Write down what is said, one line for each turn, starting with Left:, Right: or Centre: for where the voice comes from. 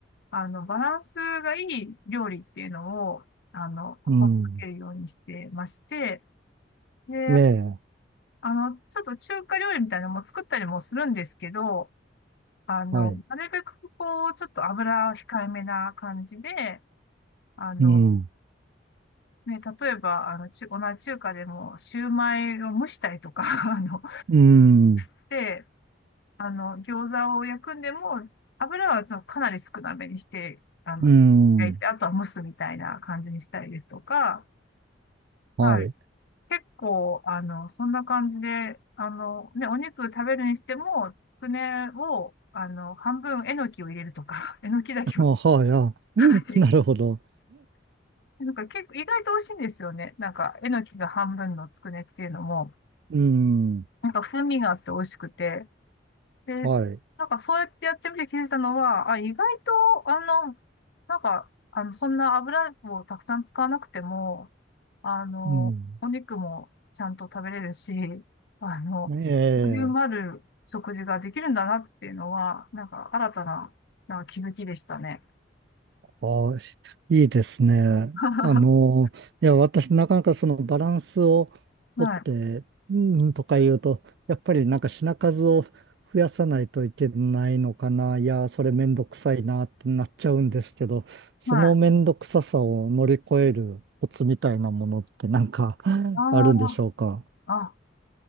Left: あの、バランスがいい料理っていうのを、あの、心がけるようにしてまして、
Right: うん。
Left: で、
Right: ええ
Left: あの、ちょっと中華料理みたいなのも作ったりもするんですけど、あの、
Right: はい。
Left: なるべくこう、ちょっと油を控えめな感じで、あの、
Right: うん。
Left: ね、例えば、あの、ちゅ、同じ中華でも、シューマイを蒸したりとか、<laughs> あの、
Right: うん。
Left: して、あの、餃子を焼くんでも、油はちょっとかなり少なめにして、あの、
Right: うん。
Left: 焼いて、あとは蒸すみたいな感じにしたりですとか、
Right: はい。
Left: はい。結構、あの、そんな感じで、あの、ね、お肉食べるにしても、つくねを、あの、半分、えのきを入れるとか、<laughs> えのきだけを、
Right: あ、はい。あ、<laughs>
Left: はい
Right: なるほど。
Left: なんか結構意外と美味しいんですよね。なんか、えのきが半分のつくねっていうのも、
Right: うん。
Left: なんか風味があって美味しくて。で、
Right: はい。
Left: なんかそうやってやってみて気づいたのは、あ、意外と、あの、なんか、あの、そんな油をたくさん使わなくても、あの、
Right: うん。
Left: お肉もちゃんと食べれるし、あの、
Right: ええ
Left: ボリュームある食事ができるんだなっていうのは、なんか新たな、なんか気づきでしたね。
Right: ああ、いいですね。
Left: <laughs>
Right: あの、いや、私、なかなかそのバランスを取って、
Left: はい。
Right: うん、とか言うと、やっぱりなんか品数を増やさないといけないのかな。いや、それめんどくさいなってなっちゃうんですけど、そのめんどくささを乗り越えるコツみたいなものってなんか
Left: はい。
Right: <laughs>
Left: あ
Right: あるんでしょうか。
Left: あ、あ、